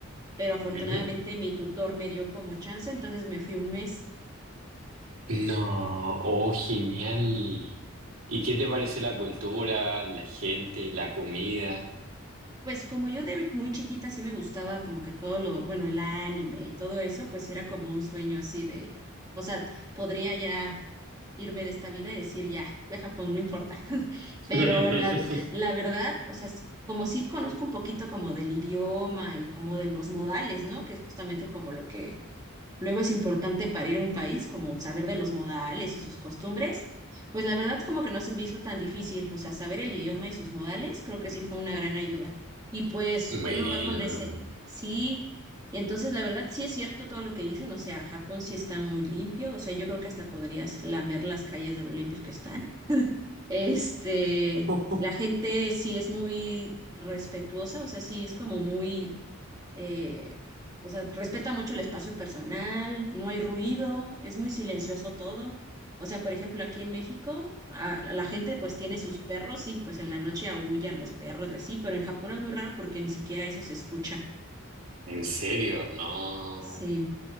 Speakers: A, on the right; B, on the right.
A: pero afortunadamente
B: Ujú.
A: mi tutor me dio como chance, entonces me fui un mes.
B: No, oh, genial. ¿Y qué te parece la cultura, la gente, la comida?
A: Pues como yo de muy chiquita sí me gustaba como que todo lo, bueno, el anime y todo eso, pues sí era como un sueño así de, o sea, podría ya irme de esta vida y decir ya, fui a Japón, no importa. <laughs> Pero
B: <laughs>
A: la, la verdad, o sea, es que como sí conozco un poquito como del idioma y como de los modales, ¿no? Que es justamente como lo que luego es importante para ir a un país, como saber de los modales y sus costumbres, pues la verdad como que no se me hizo tan difícil, o sea, saber el idioma y sus modales creo que sí fue una gran ayuda. Y pues
B: Bueno.
A: uno va con ese, sí, entonces la verdad sí es cierto todo lo que dicen, o sea, Japón sí está muy limpio, o sea, yo creo que hasta podrías lamber las calles de lo limpios que están. Este,
B: <laughs>
A: la gente sí es muy respetuosa, o sea, sí es como muy eh, o sea, respeta mucho el espacio personal, no hay ruido, es muy silencioso todo. O sea, por ejemplo, aquí en México, a- la gente pues tiene sus perros y pues en la noche aúllan los perros y así, pero en Japón es muy raro porque ni siquiera eso se escucha.
B: En serio, no.
A: Sí,